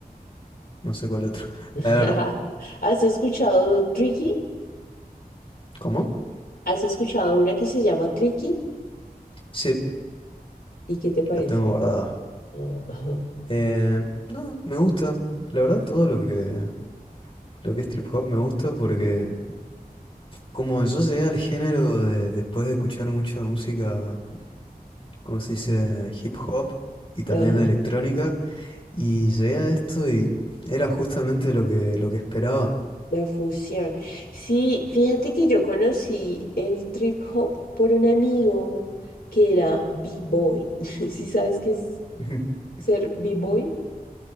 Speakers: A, on the left; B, on the left.
A: no sé cuál otro. <laughs>
B: <laughs>
A: A ver,
B: ¿Has escuchado Tricky?
A: ¿cómo?
B: ¿Has escuchado una que se llama Tricky?
A: Sí,
B: ¿Y qué te parece
A: la tengo guardada.
B: eso? Ah, <laughs> Ajá,
A: Eh, no, me gusta, la verdad todo lo que, lo que es trip hop me gusta porque como yo llegué al género de- después de escuchar mucha música, como se dice, hip hop y también
B: ajá,
A: de electrónica, Y llegué a esto y era justamente lo que, lo que esperaba.
B: la fusión. Sí, fíjate que yo conocí el trip hop por un amigo que era B-boy. <laughs> ¿Sí sabes qué es
A: <laughs>
B: ser B-boy?